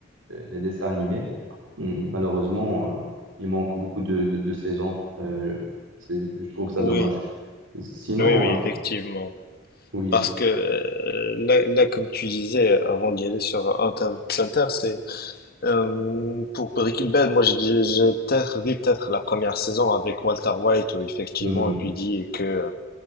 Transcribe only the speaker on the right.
les, les dessins animés, hum, malheureusement, euh, il manque beaucoup de, de, de saisons. Euh, c'est- je trouve ça
dommage. Sinon,
euh, oui.
hum,